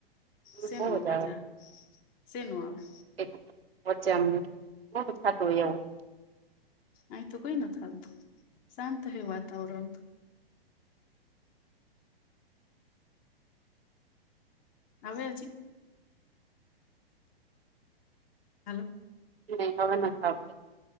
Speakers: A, on the left; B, on the right.
A: શે
B: બહુ
A: ન અવાજ
B: જ
A: આવે શે ન આવે.
B: એ વછ્યામ હ પ થા તોું એવું
A: અ તો કઈ નાલતું શાંતયું વાતાવરણ તો આવે હજી. હલો.
B: એ હવે નાખ આપ